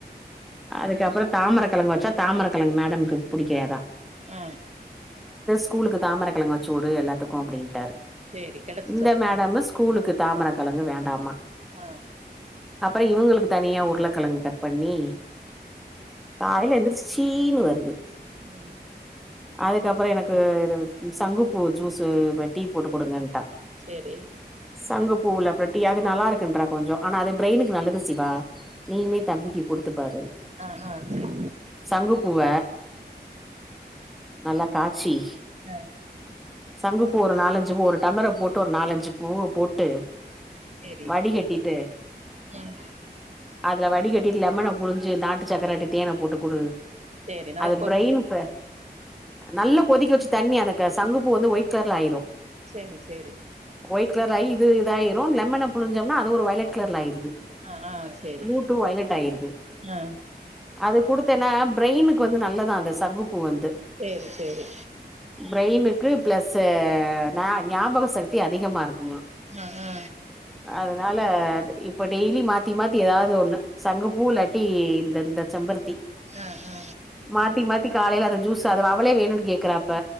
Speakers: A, in the centre; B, on the right.
A: அதுக்கப்பறோ தாமிரக்கழங்க வச்சா தாமரக்கெழங்கு மேடம்க்கு பிடிக்காதா
B: ஆ
A: ஸூகூலுக்கு தாமரக்கிழங்க வச்சூடு எல்லாத்துக்கு அப்டின் ட்டாரு
B: சேரி கெடச்சிச்சா
A: இந்த மேடமு ஸ்கூலுக்கு தாமரக் கலங்கு வேண்டாமா
B: ஆ
A: அப்றோ இவுங்களுக்கு தனியா உருள கெழங்கு கட் பண்ணி
B: உம்
A: காலைல எந்திரிச்சி சீனு வருது
B: உ
A: அதுக்கப்புறோ எனக்கு இது சங்குப்பூ ஜூஸு டீ போட்டு கொடுங்கன்ட்டா
B: சேரி
A: சங்கு பூல அப்புறோ டீ அது நல்லாருக்குன்றா கொஞ்சோ ஆனா அது பிரெயினுக்கு நல்லது சிவா நீயுமே தம்பிக்கு குடுத்துப்பாரு
B: ஆ ஆ சேரி
A: சங்குப்பூவ நல்ல காச்சி
B: ஆ
A: சங்குப் பூ ஒரு நாலஞ்சு பூ ஒரு டம்ளர போட்டு ஒரு நாலஞ்சு பூவ போட்டு
B: சேரி
A: வடிகட்டிட்டு
B: ம்
A: அதுல வடிகட் டி இல்லாம நா புழுஞ் சு நாட்டு சக்கர இல்லாட்டி தேன போட்டுக் குடு
B: சேரி நல்லா
A: அது
B: கொதி
A: பிரெயின்த நல்லப் கொதிக்க வெச்சு தண்ணி அந்த க சங்குப்பூ வந்து ஒயிட் கலர்ல ஆயிரு
B: சேரி சேரி
A: ஒயிட் கலர் ஆயி இது இதாயிரு லெமன புழுஞ்சம்னா அது ஒரு ஒயிலெட் கலர்ல ஆயிருது
B: ஆ ஆ சேரி
A: ப்ளூ டூ வயலட் ஆயிருது
B: ஆ
A: அது குடுத்தேனா பிரெயினுக்கு வந்து நல்லதா அந்த சங்குப் பூ வந்து
B: சேரி சேரி
A: பிரெயினுக்கு பிளஸ்ஸு நா ஞாபகோ சக்தி அதிகமாக இருக்குமா
B: ஆ ஆ
A: அதனால அது இப்ப டெய்லி மாத்தி மாத்தி எதாவது ஒண்ணு சங்குப்பூ இல்லாட்டி இந்தந்த சம்பருத்தி
B: ஆ ஆ
A: மாத்தி மாத்தி காலைல அத ஜூசா அது வாவ் அவளே வேணுனு கேக்குறா இப்ப